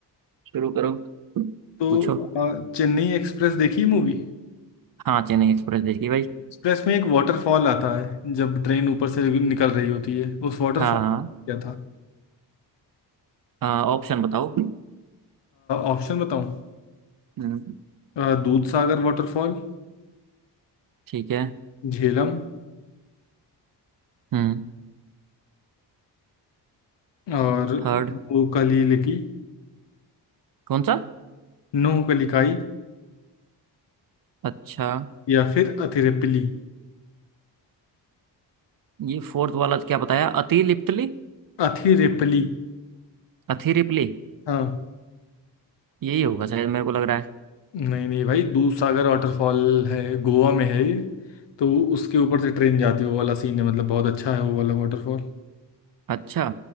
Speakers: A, on the right; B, on the left.
A: शुरू करो
B: तो
A: पूछो
B: अ, चेन्नई एक्सप्रेस देखी मूवी
A: हाँ चेन्नई एक्सप्रेस देखी भाई
B: एक्सप्रेस में एक वाटरफॉल आता है जब ट्रेन ऊपर से निकल रही होती है उस वाटरफॉल
A: हाँ हाँ
B: क्या था
A: हाँ, ऑप्शन बताओ
B: ऑप्शन बताऊँ
A: हम्म
B: अ, दूध सागर वाटरफॉल
A: ठीक है
B: झेलम
A: हम्म
B: और
A: थर्ड
B: नोकली लिकी
A: कौन सा
B: नोकलिकाई
A: अच्छा
B: या फिर अथिरेपली
A: ये फोर्थ वाला क्या बताया अतिलिप्तली
B: अथिरेपली
A: अथिरिप्ली
B: हाँ
A: यही होगा शायद मेरे को लग रहा है
B: नहीं नहीं भाई दूधसागर वाटरफॉल है गोवा में है ये तो उसके ऊपर से ट्रेन जाती है वो वाला सीन है मतलब बहुत अच्छा है वो वाला वाटरफॉल
A: अच्छा